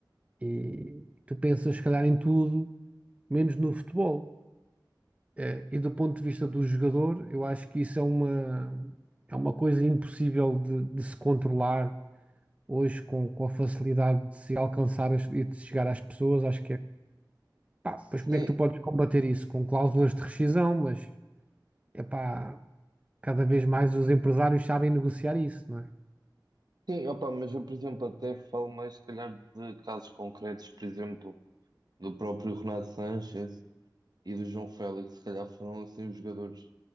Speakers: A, on the right (about 15°); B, on the right (about 60°).
A: E tu pensas, se calhar, em tudo, menos no futebol. Eh, E do ponto de vista do jogador, eu acho que isso é uma, é uma coisa impossível de, de se controlar hoje com, com a facilidade de se alcançar as- e de se chegar às pessoas. Acho que é, pá, pois como
B: Sim,
A: é que tu podes combater isso? Com cláusulas de rescisão, mas é pá, cada vez mais os empresários sabem negociar isso, não é?
B: sim, opa, mas eu, por exemplo, até falo mais, se calhar, de casos concretos, por exemplo. do próprio Renato Sanches e do João Félix, se calhar foram assim os jogadores